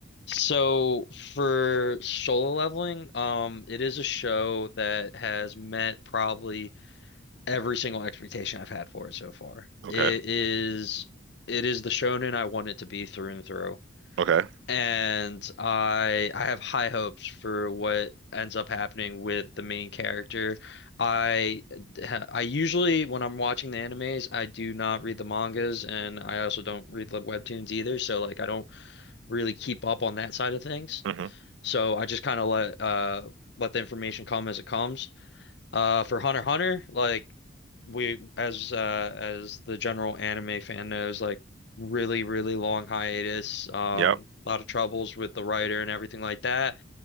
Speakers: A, on the left; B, on the right.
A: So for solo leveling, um, it is a show that has met probably every single expectation I've had for it so far.
B: Okay.
A: It is it is the shonen I want it to be through and through.
B: Okay.
A: And I I have high hopes for what ends up happening with the main character. I I usually when I'm watching the animes, I do not read the mangas and I also don't read the webtoons either, so like I don't really keep up on that side of things.
B: hmm
A: So I just kind of let uh let the information come as it comes. Uh, for Hunter x Hunter, like we as uh as the general anime fan knows, like really, really long hiatus, um,
B: Yep.
A: a lot of troubles with the writer and everything like that.